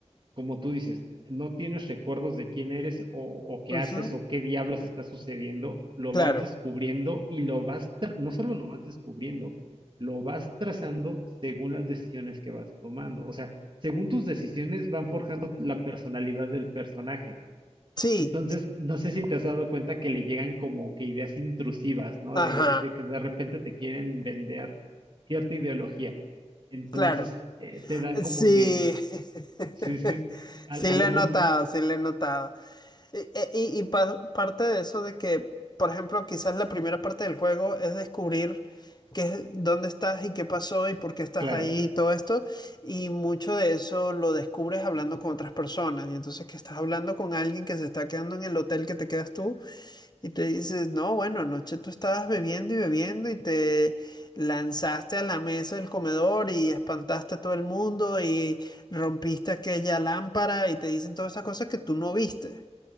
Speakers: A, on the right (about 45°); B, on the left (about 40°).
A: como tú dices, no tienes recuerdos de quién eres o, o qué
B: Ujú,
A: haces o qué diablos está sucediendo, lo
B: Claro.
A: vas descubriendo y lo vas, tra- no solo lo vas descubriendo, lo vas trazando según las decisiones que vas tomando. O sea, según tus decisiones van forjando la personalidad del personaje.
B: Sí.
A: Entonces,
B: y-
A: no sé si te has dado cuenta que le llegan como que ideas intrusivas, ¿no? De,
B: Ajá.
A: de que de repente te quieren vender cierta ideología. Entonces,
B: Claro.
A: eh, te dan como
B: Sí.
A: que
B: <laughs>
A: Sí, sí, al-
B: Sí,
A: algún,
B: le he notado, sí, le he notado. E- e- Y, y par- parte de eso de que, por ejemplo, quizás la primera parte del juego es descubrir qué, es- dónde estás y qué pasó y por qué estás
A: claro,
B: ahí y todo esto. Y mucho de eso lo descubres hablando con otras personas. Y entonces que estás hablando con alguien que se está quedando en el hotel que te quedas tú y te dices, no, bueno, anoche tú estabas bebiendo y bebiendo y te lanzaste a la mesa del comedor y espantaste a todo el mundo y rompiste aquella lámpara y te dicen todas esas cosas que tú no viste.